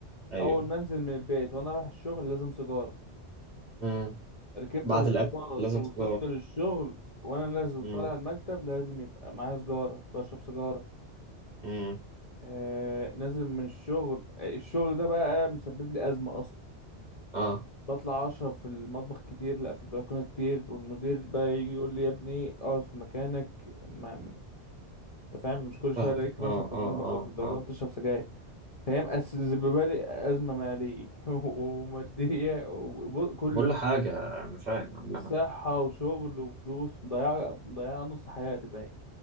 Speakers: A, on the right; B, on the left.
A: ايوه
B: اول ما انزل من البيت وانا رايح الشغل لازم سيجاره
A: مم.
B: ركبت
A: بعد
B: ميكروباص
A: الاكل لازم
B: ووصلت
A: سيجاره
B: للشغل وانا نازل
A: مم.
B: وطالع المكتب لازم يبقى معايا سجاره بشرب سجاره
A: مم.
B: آه نازل من الشغل آه، الشغل ده بقى مسبب لي ازمه اصلا
A: اه
B: بطلع اشرب في المطبخ كتير لا في البلكونه كتير والمدير بقى يجي يقول لي يا ابني اقعد في مكانك ما انت فاهم مش كل شويه
A: فاهم
B: الاقيك
A: اه
B: مثلا في
A: اه
B: المطبخ
A: اه
B: او في البلكونه
A: اه
B: بتشرب سجاير فهي مسببه لي ازمه ماليه <laughs> وماديه وكله
A: بقول له حاجه انا فاهم عامه
B: صحه وشغل وفلوس مضيعه مضيعه نص حياتي باين